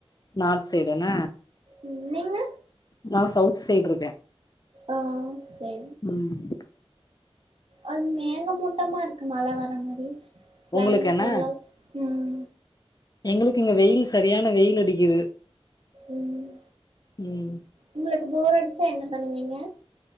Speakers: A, on the left; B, on the right.
A: நார்த் சைடு என்ன
B: உம் நீங்க
A: நான் சவுத் சைடு இருக்கேன்
B: ஆஒ செரி
A: ம்
B: அது மேகமூட்டமா இருக்கு மழை வர மாரி கிளைமேட்
A: உங்களுக்கு என்ன
B: நல்லா உம்
A: எங்களுக்கு இங்க வெயில் சரியான வெயில் அடிக்குது
B: ம்
A: ம்
B: உங்களுக்கு போர் அடிச்சா என்ன பண்ணுவீங்க